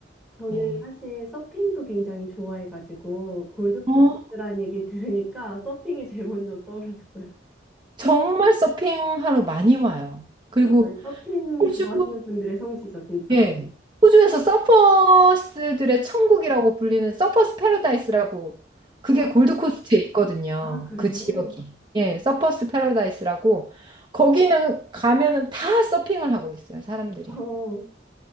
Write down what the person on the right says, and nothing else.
예.
어,
정말 서핑하러 많이 와요. 그리고
호주
예. 호주에서 서퍼스들의 천국이라고 불리는 서퍼스 패러다이스라고 그게
골드코스트에 있거든요.
그 지역이. 예, 서퍼스 패러다이스라고 거기는 가면은 다 서핑을 하고 있어요, 사람들이.